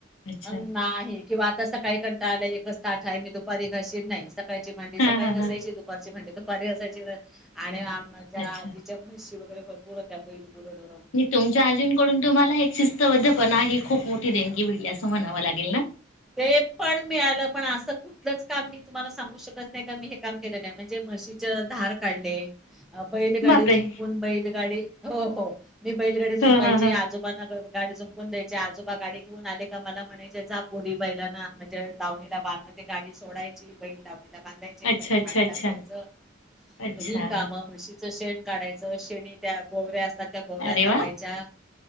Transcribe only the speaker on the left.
अच्छा
हा
हा
हा
अच्छा
तुमच्या आजींकडून तुम्हाला हे एक शिस्तबद्धपणा ही खूप मोठी देणगी भेटली आस म्हणाव लागेल ना
बापरे
हा हा हा
अच्छा
अच्छा
अच्छा
अच्छा
अरे
वा